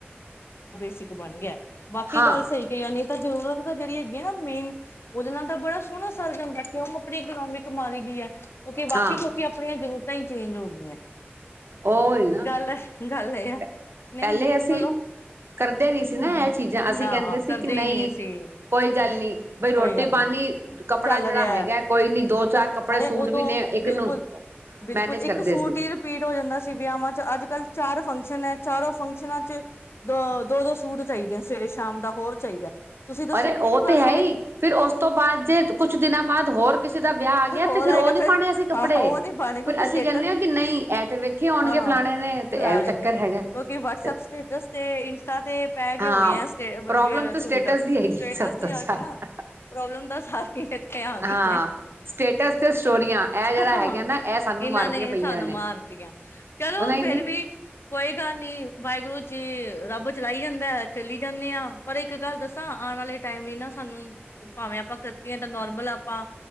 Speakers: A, on the left; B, on the right.
A: ਸਿੱਖ ਬਣ ਗਿਆ। ਬਾਕੀ
B: ਹਾਂ
A: ਗੱਲ ਸਹੀ ਕਹੀਆ ਨਹੀ ਤਾਂ ਜ਼ਰੂਰਤ ਤਾਂ ਜਿਹੜੀ ਹੈਗੀ ਨਾ ਮੇਨ ਉਹਦੇ ਨਾਲ ਤਾਂ ਬੜਾ ਸੋਹਣਾ ਸਰ ਜਾਂਦਾ। ਕਿਉਂ ਆਪਣੀ ਇਕਨੋਮਿਕ ਮਾਰੀ ਗਈ ਹੈ। ਕਿਉਂਕਿ
B: ਹਾਂ
A: ਵਕੀ ਕਿਉਂਕਿ ਆਪਣੇੀਆਂ ਤਾਂਹੀ ਚੇਂਜ ਹੋ ਗਈਆਂ।
B: ਉਹ ਹੀ ਨਾ
A: ਗੱਲ ਗੱਲ ਇਹ ਆ
B: ਪਹਿਲੇ
A: ਨਹੀਂ ਨਹੀਂ
B: ਅਸੀਂ
A: ਚਲੋ
B: ਕਰਦੇ ਨੀ ਸੀ ਨਾ
A: ਹਮ
B: ਇਹ ਚੀਜ਼ਾਂ ਅਸੀਂ
A: ਹਾਂ
B: ਕਹਿੰਦੇ ਸੀ
A: ਕਰਦੇ
B: ਕਿ ਨਹੀਂ
A: ਹੀ ਸੀ
B: ਕੋਈ ਗੱਲ
A: ਕੋਈ
B: ਨਹੀਂ ਬਈ ਰੋਟੀ
A: ਗੱਲ ਨੀ
B: ਪਾਣੀ ਕੱਪੜਾ
A: ਚੱਲ
B: ਜਿਹੜਾ
A: ਰਿਹਾ
B: ਹੈਗਾ
A: ਹੈ,
B: ਕੋਈ ਨੀ ਦੋ ਚਾਰ ਕੱਪੜੇ
A: ਅਰੇ
B: ਸੂਟ
A: ਉਦੋਂ
B: ਵੀ ਨੇ ਇੱਕ
A: ਬਿਲਕੁਲ,
B: ਨੂੰ
A: ਬਿਲਕੁਲ
B: ਮੈਨੇਜ ਕਰਦੇ
A: ਇੱਕ ਸੂਟ
B: ਸੀ
A: ਹੀ ਰਿਪੀਟ ਹੋ ਜਾਂਦਾ ਸੀ ਵਿਆਹਵਾਂ ਚ ਅੱਜ ਕੱਲ ਚਾਰ ਫੰਕਸ਼ਨ ਹੈ ਚਾਰੋ ਫੰਕ ਨਾਂ ਚ ਦ ਦੋ, ਦੋ ਸੂਟ ਚਾਹੀਦੇ ਆ ਸਵੇਰੇ ਸ਼ਾਮ ਦਾ ਹੋਰ ਚਾਹੀਦਾ। ਤੁਸੀਂ ਦੱਸੋ
B: ਅਰੇ
A: ਕਿੱਥੋਂ
B: ਉਹ
A: ਕਰ
B: ਤੇ ਹੈ
A: ਲੋਗੇ
B: ਹੀ ਫਿਰ ਉਸ ਤੋਂ ਬਾਅਦ ਜੇ ਕੁਛ ਦਿਨਾਂ ਬਾਅਦ ਹੋਰ ਕਿਸੇ ਦਾ ਵਿਆਹ ਆ ਗਿਆ
A: ਹੋਰ
B: ਤੇ ਫਿਰ
A: ਹੈਗਾ
B: ਉਹ ਨੀ ਪਾਉਣੇ ਅਸੀਂ ਕੱਪੜੇ
A: ਹਾਂ ਉਹ ਨੀ ਪਾਣੇ ਕਿਉਂਕਿ
B: ਫਿਰ ਅਸੀਂ
A: ਸਟੇਟਸ
B: ਕਹਿੰਦੇ ਹਾਂ ਕਿ ਨਹੀਂ ਇਹ ਤੇ ਵੇਖੇ ਆਉਣਗੇ
A: ਹਾਂ
B: ਫਲਾਣੇ ਨੇ ਤੇ ਇਹ
A: ਫਲਾਣੇ
B: ਵੀ ਚੱਕਰ
A: ਨੇ ਕਿਉਂਕਿ
B: ਹੈਗਾ
A: ਵਟਸਐਪ
B: ਤੇ
A: ਸਟੇਟਸ ਤੇ ਇੰਸਟਾ ਤੇ ਪੈ ਕੇ
B: ਹਾਂ
A: ਹੋਏ ਆ ਸਟੇ
B: ਪ੍ਰੋਬਲਮ ਤਾਂ ਸਟੇਟਸ
A: ਸੂਟ
B: ਦੀ ਹੈਗੀ
A: ਸਟੇਟਸ
B: ਸਭ
A: ਦੀ
B: ਤੋਂ
A: ਆ
B: ਜ਼ਿਆਦਾ
A: ਗਈ ਨਾ ਪ੍ਰੋਬਲਮ ਤਾਂ ਸ ਇੱਥੇ ਆ ਗਈ
B: ਹਾਂ
A: ਹੈ,
B: ਸਟੇਟਸ ਤੇ ਸਟੋਰੀਆਂ ਇਹ ਜਿਹੜਾ
A: ਹਾਂ
B: ਹੈਗਾ ਨਾ ਇਹ ਸਾਨੂੰ
A: ਇਹਨਾਂ
B: ਮਾਰਦੀਆਂ
A: ਨੇ
B: ਪਈਆਂ
A: ਸਾਨੂੰ ਮਾਰਤੀਆਂ ਚਲੋ
B: ਉਹ ਨਹੀਂ
A: ਫੇਿਰ
B: ਨਹੀਂ
A: ਵੀ ਕੋਈ ਗੱਲ ਨਹੀਂ ਵਾਹਿਗੁਰੂ ਜੀ ਰੱਬ ਚਲਾਈ ਜਾਂਦਾ ਚਲੀ ਜਾਂਦੇ ਆਾਂ, ਪਰ ਇੱਕ ਗੱਲ ਦੱਸਾਂ ਆਉਣ ਵਾਲੇ ਟਾਈਮ ਵੀ ਨਾ ਸਾਨੂੰ ਭਾਵੇਂ ਆਪਾਂ ਯਾ ਤਾਂ ਨੋਰਮਲ ਆਪਾਂ